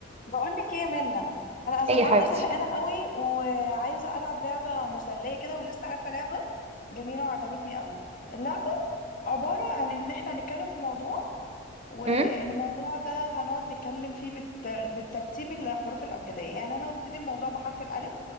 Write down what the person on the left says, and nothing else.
بقول لك ايه يا منى انا عايزة-
قاعده
زهقانه قوي وعايزه العب لعبه مسليه كده ولسه عارفه لعبه جميله وعجبتني قوي اللعبه عباره عن ان احنا نتكلم في موضوع والموضوع
ده هنقعد نتكلم فيه بالتر... بالترتيب الحروف الابجديه يعني انا هبتدي الموضوع بحرف الالف